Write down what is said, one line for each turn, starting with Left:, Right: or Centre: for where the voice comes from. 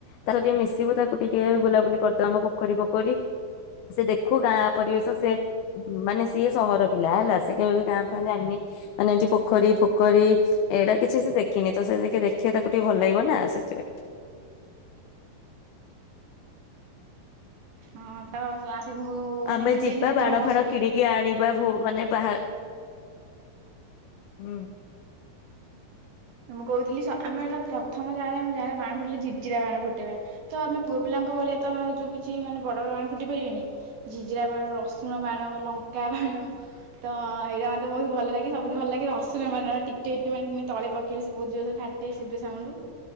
Left: ତାର ଟିକେ। ଦେଖିବୁ ତାକୁ ଟିକେ ବୁଲାବୁଲି କରିଦେବା ଆମ ପୋଖରୀ ଫୋଖରୀ ସେ ଦେଖୁ ଗାଁ ପରିବେଶ ସେ ମାନେ ସିଏ ସହର ପିଲା ହେଲା ସେ କେବେ ବି ଗାଁ ଫାଁ ଜାଣିନି ମାନେ ଏମିତି ପୋଖରୀ ଫୋଖରୀ ଏଇଟା କିଛି ସେ ଦେଖିନି ତ ସେ ଦେଖେ ତାକୁ ଟିକେ ଭଲ ଲାଗିବ ନା ସେଥିପାଇଁ।
Right: ହଁ ତ ଆସିବୁ ମୁଁ ମାନେ
Left: ଆମେ
Right: ମୁଁ
Left: ଯିବା
Right: ବି ଏମିତି କେତେ
Left: ବାଣ
Right: ଜଣ କହିଛି
Left: ଫାଣ କିଣିକି ଆଣିବା ଭୁ ମାନେ ବାହା ହୁଁ
Right: ମୁଁ କହୁଥିଲି ଆମର ପ୍ରଥମ ଯାଲେ ଯାହାର ବାଣ ଫୁଟିଲ ଝିଜିରା ବାଣ ଫୁଟେଇବା ତ ଆମେ ପୁଅ ପିଲାଙ୍କ ଭଳିଆ ତ ଆମେ ଯୋଉ କିଛି ମାନେ ବଡ ବଡ ବାଣ ଫୁଟି ପାରିବେନି ଝିଝିରିଆ ବାଣ ରସୁଣ ବାଣ ଲଙ୍କା ବାଣ ତ ଏଇଟା ମୋତେ ବହୁତ ଭଲ ଲାଗେ ସବୁଠୁ ଭଲ ଲାଗେ ରସୁଣ ବାଣ ଟିକେ ଟେ ମାନେ ତଳେ ଖିଲ ସେ ବହୁତ ଜୋରସେ ଫାଟେ ଶୁବେ ସାଉଣ୍ଡ